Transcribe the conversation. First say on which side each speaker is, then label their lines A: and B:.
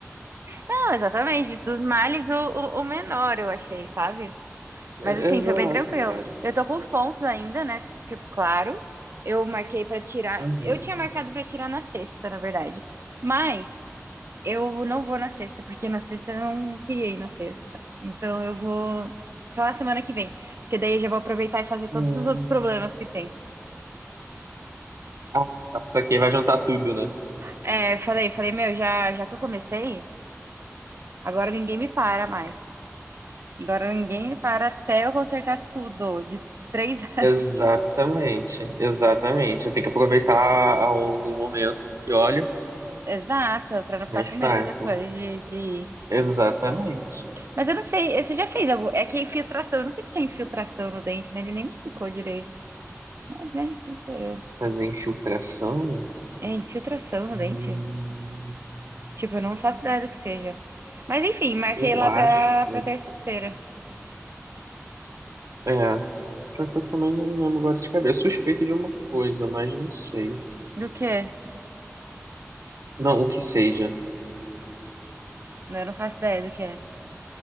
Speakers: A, on the right (about 55°); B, on the right (about 85°).
A: não, exatamente. Dos males, o, o, o menor, eu achei, sabe?
B: Exato,
A: Mas assim, foi bem tranquilo.
B: cara.
A: Eu tô com os pontos ainda, né? Tipo, claro. Eu marquei pra tirar.
B: Uhum.
A: Eu tinha marcado pra tirar na sexta, na verdade. Mas eu não vou na sexta, porque na sexta eu não queria ir na sexta. Então eu vou só na semana que vem. Porque daí eu já vou aproveitar e fazer
B: Hum.
A: todos os outros problemas que tem.
B: Ah, tá. isso aqui vai juntar tudo, né?
A: É, falei, falei, meu, já, já que eu comecei. Agora ninguém me para mais. Agora ninguém me para até eu consertar tudo. De três <laughs> anos.
B: Exatamente, exatamente. Tem que aproveitar a onda do momento que olha,
A: Exato, pra não ficar
B: mais
A: com medo
B: fácil.
A: depois de, de...
B: Exatamente.
A: Mas eu não sei, eh, você já fez algo? É que é infiltração, eu não sei se é infiltração no dente, né? Ele nem me explicou direito. Mas, né, quem sou eu?
B: Fazer infiltração,
A: É infiltração no
B: hum,
A: dente? Tipo, eu não faço ideia do que seja. Mas enfim, marquei
B: eu
A: lá
B: acho.
A: pra, pra terça-feira.
B: É, só que eu também não lembro agora de cabeça. Suspeito de uma coisa, mas não sei.
A: Do que é?
B: Não, o que seja.
A: Não, eu não faço ideia do que é.